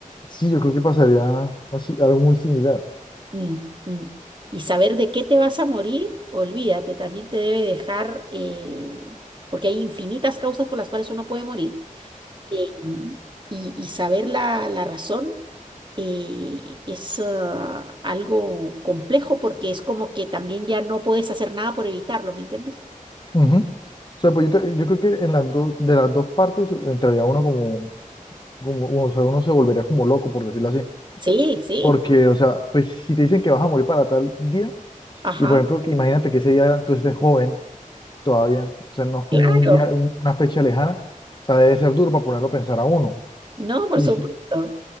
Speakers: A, on the left (about 30°); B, on the right (about 35°).
A: Sí, yo creo que pasaría así, algo muy similar.
B: Mm, mm. Y saber de qué te vas a morir, olvídate, también te debe dejar, eh, porque hay infinitas causas por las cuales uno puede morir, eh, mm, y, y saber la, la razón eh, es ah, algo complejo porque es como que también ya no puedes hacer nada por evitarlo, ¿me entiendes?
A: Ujú. O sea, pues yo, te- yo creo que en las dos, de las dos partes entraría uno como, como uno, o sea, uno se volvería como loco, por decirlo así.
B: Sí, sí. sí.
A: Porque, o sea, pues si te dicen que vas a morir para tal día,
B: Ajá,
A: y por ejemplo, que imagínate que ese día tú estés joven todavía, o sea, no es como
B: claro.
A: un día, una fecha lejana, o sea, debe ser duro para ponerlo a pensar a uno.
B: No, por
A: Y
B: supuesto.
A: si,